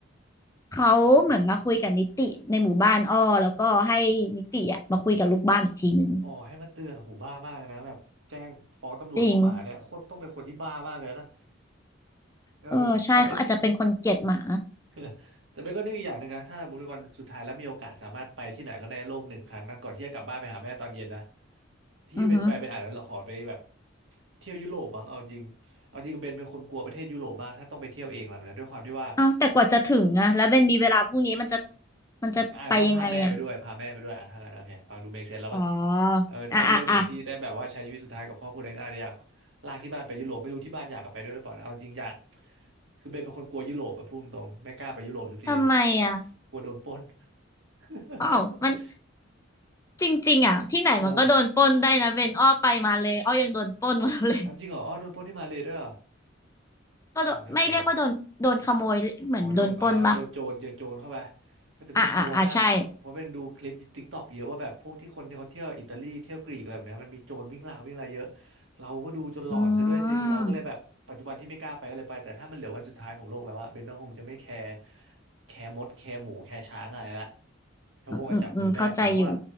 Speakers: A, on the left; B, on the right.
A: เขาเหมือนมาคุยกับนิติในหมู่บ้านอ้อแล้วก็ให้นิติอะมาคุยกับลูกบ้านอีกทีหนึง
B: อ๋อให้มาเตือนโ้หบ้ามากเลยนะแบบแจ้งฟ้องตำรวจเพราะหมาเนี่ยโคตรต้องเป็นคนที่บ้ามากเลยนะ
A: จริง
B: เออแต่เป็น
A: เออใช่เขาอาจจะเป็นคนเกลียดหมา
B: <laughs> แต่เบนก็นึกอีกอย่างหนึ่งนะถ้าสมมติวันสุดท้ายแล้วมีโอกาสสามารถไปที่ไหนก็ในโลกหนึ่งครั้งนะก่อนที่จะกลับบ้านไปหาแม่ตอนเย็นนะที่เป็นไปเป็นอาจจะขอไปแบบ
A: อือฮึ
B: เที่ยวยุโรปบ้างเอาจริงเอาจริงเบนเป็นคนกลัวประเทศยุโรปมากถ้าต้องไปเที่ยวเองแหละนะด้วยความที่ว่า
A: เอ้าแต่กว่าจะถึงอะแล้วเบนมีเวลาพรุ่งนี้มันจะมันจะไปยังไงอะ
B: อาจจะต้องพาแม่ไปด้วยพาแม่ไปด้วยอ่ะทางนั้นโอเคฟังดูเมคเซนแล้วปะ
A: อ๋อ
B: เออถ้าให้เลือกหนึ่งที่ได้แบบว่าใช้ชีวิตสุดท้ายกับครอบครัวเองอาจจะอยาก
A: อ่ะอ่ะอ่ะ
B: ลากที่บ้านไปยุโรปไม่รู้ที่บ้านอยากกลับไปด้วยหรือเปล่านะเอาจริงอยากคือเบนเป็นคนกลัวยุโรปอะพูดตรงๆไม่กล้าไปยุโรปสักที
A: ทำไมอะ
B: กลัวโดนปล้น <laughs>
A: อ้าวมันจริงๆอะที่ไหนมันก็โดนปล้นได้นะเบนอ้อไปมาเลยอ้อยังโดนปล้นมาเลย
B: เอออ๋อจริงเหรออ๋อโดนปล้นที่มาเลยด้วยเหรอ
A: ก็โดนไม่เรียกว่าโดนโดนขโมยเหมือนโดนปล้นป่ะ
B: โอ้น่ากลัวอ๋อโดนอ๋อโดนโจรเจอโจรเข้าไปก็จะเป็นกลัวมากเพราะเพราะเป็นดูคลิปติ๊กตอกเยอะว่าแบบพวกที่คนที่เขาเที่ยวอิตาลีเที่ยวกรีกอะไรแบบเนี้ยมันมีโจรวิ่งราววิ่งอะไรเยอะ
A: อ่ะอ่ะอ่ะใช่
B: เราก็ดูจนหลอนซะด้วยสิเราก็เลยแบบปัจจุบันที่ไม่กล้าไปก็เลยไปแต่ถ้ามันเหลือวันสุดท้ายของโลกแล้วอะเบนก็คงจะไม่แคร์
A: อืม
B: แคร์มดแคร์หมูแคร์ช้างอะไรละก็คงจะจับมือแม่ไปเพราะว่า
A: อืมอืมอืมเข้าใจอยู่